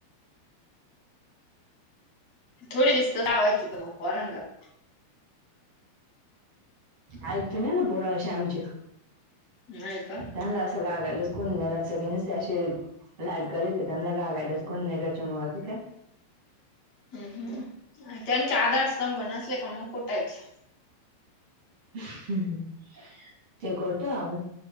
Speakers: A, on the left; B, on the right.
A: थोडी शिस्त लावायची पण पोरानला.
B: ऐकत नाही ना पोरं असे आमचे
A: नाही का?
B: त्याला असं रागवायलाचं कोण नाही घरात सगळे नुसते असे लाड करते त्यांना रागायलाच कोण नाही, त्याच्यामुळे ते काय
A: हम्म हम्म, त्यांचे आधारस्तंभ नसले का मग कुठायचे.
B: ह ह, ते करतो <unintelligible>